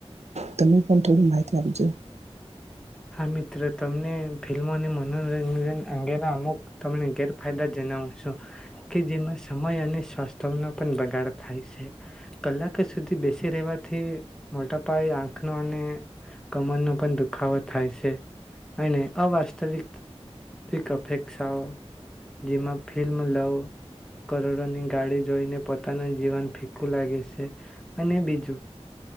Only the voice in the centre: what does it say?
હા મિત્ર તમને ફિલ્મો અને મનોરંજન અંગેના અમુક તમને ગેરફાયદા જનાવુ શું કે જેમાં સમય અને સ્વાસ્થ્ય નો પણ બગાડ થાય છે. કલાકે સુધી બેસી રહેવાથી મોટા પાયે આંખનો અને કમરનો પણ દુ દુખાવો થાય છે, અને અવાસ્તવિક અપેક્ષાઓ, જેમાં ફિલ્મ લવ કરોડોની ગાડી જોઈને પોતાનું જીવન ફીકું લાગે છે, અને બીજું